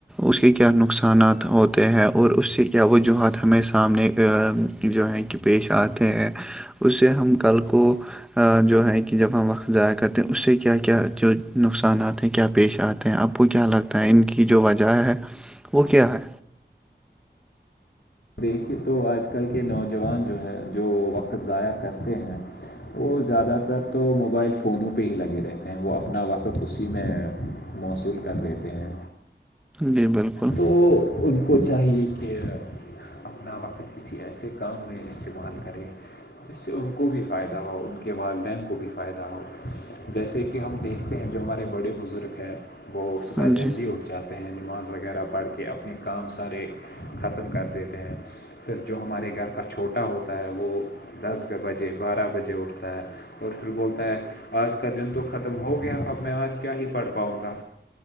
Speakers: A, in the centre; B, on the left.
A: اس کے کیا نقصانات ہوتے ہیں اور اس سے کیا وجوہات ہمیں سامنے جو ہے کہ پیش آتے ہیں اس سے ہم کل کو جو ہے کہ جب ہم وقت ضاائع کرتے اس سے کیا کیا جو نقصانات ہیں کیا پیش آتے ہیں آپ کو کیا لگتا ہے ان کی جو وجہ ہے وہ کیا ہے
B: دیکھیے تو آج کل کے نوجوان جو ہے جو وقت ضائع کرتے ہیں وہ زیادہ تر تو موبائل فونوں پہ ہی لگے رہتے ہیں وہ اپنا وقت اسی میں موصول کر دیتے ہیں
A: جی بالکل
B: تو ان کو چاہیے کہ اپنا وقت کسی ایسے کام میں استعمال کرے جس سے ان کو بھی فائدہ ہو ان کے والدین کو بھی فائدہ ہو جیسے کہ کہ ہم دیکھتے ہیں جو ہمارے بڑے بزرگ ہیں وہ صبح
A: ہاں
B: جلدی
A: جی
B: اٹھ جاتا ہیں نماز وغیرہ پڑھ کے اپنے کام سارے ختم کر دیتے ہیں پھر جو ہمارے گھر کا چھوٹا ہوتا ہے وہ دس بجے بارہ بجے اٹھتا ہے اور پھر بولتا ہے آج کا دن تو ختم ہو گیا اب میں آج کیا ہی پڑھ پاؤں گا